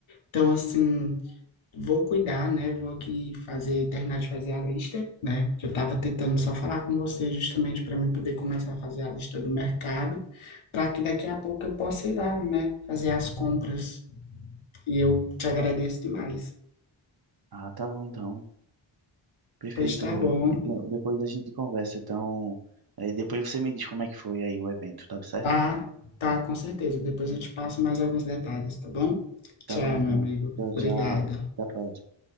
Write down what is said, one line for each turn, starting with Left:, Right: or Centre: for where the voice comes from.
Left: Então, assim, vou cuidar, né? Vou aqui fazer, terminar de fazer a lista, né? Porque eu tava tentando só falar com você justamente para mim poder começar a fazer a lista do mercado, para que daqui a pouco eu possa ir lá, né? Fazer as compras. E eu te agradeço demais.
Right: Ah, tá bom então. Perfeito.
Left: Pois tá bom.
Right: E de- Depois a gente conversa, então. eh, Depois você me diz como é que foi aí o evento, tá certo?
Left: Tá, tá, com certeza. Depois eu te passo mais alguns detalhes, tá bom?
Right: Tá
Left: Tchau,
Right: bom então.
Left: meu amigo.
Right: Tchau,
Left: Obrigado.
Right: tchau. Até a próxima.